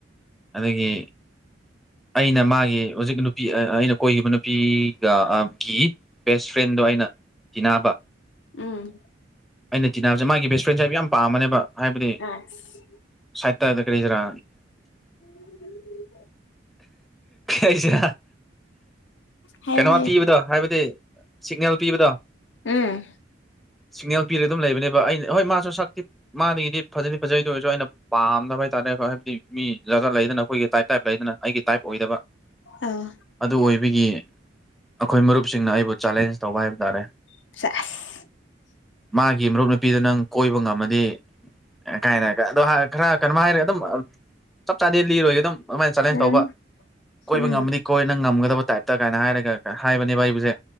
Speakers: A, in the centre; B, on the left.
A: ꯑꯗꯒꯤ ꯑꯩꯅ ꯃꯥꯒꯤ ꯍꯧꯖꯤꯛ ꯅꯨꯄꯤ ꯑꯩꯅ ꯀꯣꯏꯈꯤꯕ ꯅꯨꯄꯤꯒ ꯒꯤ ꯕꯦꯁ ꯐ꯭ꯔꯦꯟꯗꯣ ꯑꯩꯅ ꯤꯅꯥꯕ
B: ꯎꯝ
A: ꯑꯩꯅ ꯇꯤꯅꯥꯁꯦ ꯃꯥꯒꯤ ꯕꯦꯁ ꯐ꯭ꯔꯦꯟꯁꯦ ꯍꯥꯏꯕ ꯌꯥꯝ ꯄꯥꯝꯃꯅꯦꯕ ꯍꯥꯏꯕꯗꯤ
B: ꯑꯁ
A: ꯁꯥꯏꯠꯇ ꯀꯔꯤꯗ꯭ꯔꯥ
B: ꯎ
A: ꯑꯩꯁꯤ
B: ꯍꯥꯏꯌꯣ
A: ꯀꯩꯅꯣꯃ
B: ꯍꯥꯏꯌꯣ
A: ꯄꯤꯕꯗꯣ ꯍꯥꯏꯕꯗꯤ ꯁꯤꯒꯅꯦꯜ ꯄꯤꯕꯗꯣ
B: ꯎꯝ
A: ꯁꯤꯒꯅꯦꯜ ꯄꯤꯔꯒ ꯑꯗꯨꯝ ꯂꯩꯕꯅꯦꯕ ꯑꯩꯅ ꯍꯣꯏ ꯃꯥꯁꯨ ꯁꯛꯇꯤ ꯃꯥꯗꯒꯤꯗꯤ ꯐꯖꯗꯤ ꯐꯖꯩꯗ ꯑꯣꯏꯔꯁꯨ ꯑꯩꯅ ꯄꯥꯝ ꯍꯥꯏ ꯇꯔꯦꯣ ꯍꯥꯏꯕꯗꯤ ꯃꯤ ꯖꯒꯥ ꯂꯩꯗꯅ ꯑꯩꯈꯣꯏꯒꯤ ꯇꯥꯏ ꯇꯥꯏꯞ ꯂꯩꯗꯅ ꯑꯩꯒꯤ ꯇꯥꯏꯞ ꯑꯣꯏꯗ
B: ꯑꯧ
A: ꯑꯗꯨ ꯑꯣꯏꯕꯒꯤ ꯑꯩꯈꯣꯏ ꯃꯔꯨꯞꯁꯤꯡꯅ ꯑꯩꯕꯨ ꯆꯦꯂꯦꯟꯖ ꯇꯧꯕ ꯍꯥꯏꯕ ꯇꯥꯔꯦ
B: <unintelligible>
A: ꯃꯥꯒꯤ ꯃꯔꯨꯞ ꯅꯨꯄꯤꯗꯨ ꯅꯪ ꯀꯣꯏꯕ ꯉꯝꯃꯗꯤ ꯀꯥꯏꯅ ꯑꯗꯣ ꯈꯔ ꯀꯩꯅꯣ ꯍꯥꯏꯔꯒꯦ ꯑꯗꯨꯝ ꯆꯞ ꯆꯥꯗꯤ ꯂꯤꯔꯣꯏꯒꯦ ꯑꯗꯨꯝ ꯑꯗꯨꯃꯥꯏꯅ ꯆꯦꯂꯦꯟꯖ
B: ꯎꯝ
A: ꯇꯧꯕ ꯀꯣꯏꯕ
B: ꯎꯝ
A: ꯉꯝꯃꯗꯤ ꯀꯣꯏ ꯅ ꯉꯝꯒꯗꯕ ꯇꯥꯏꯞꯇ ꯀꯥꯏꯅ ꯍꯥꯏꯔꯒ ꯍꯥꯏꯕꯅꯦꯕ ꯑꯩꯕꯨꯁꯦ